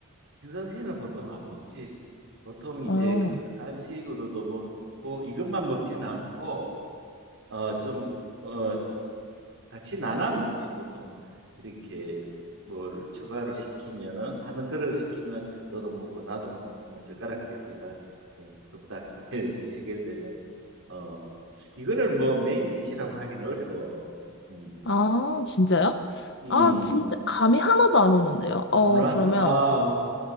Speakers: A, on the right; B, on the left.
A: 인선새는 보통 안 먹지. 보통 이제
B: 어,
A: 가- 간식으로도 먹고 이것만 먹지는 않고 어, 좀 어, 같이 나눠 먹지. 보통 이렇게 뭘 추가로 시키면은 하는 그릇 시키면 너도 먹고 나도 먹고 뭐 젓가락질 해가 그냥 뚝딱 <laughs> 해- 해결되는 어 이거를 뭐 메인 디시라고 하긴 어려워. 음,
B: 아, 진짜요?
A: 음,
B: 아, 진짜, 감이 하나도 안 오는데요.
A: 안
B: 어,
A: 와?
B: 그러면,
A: 아,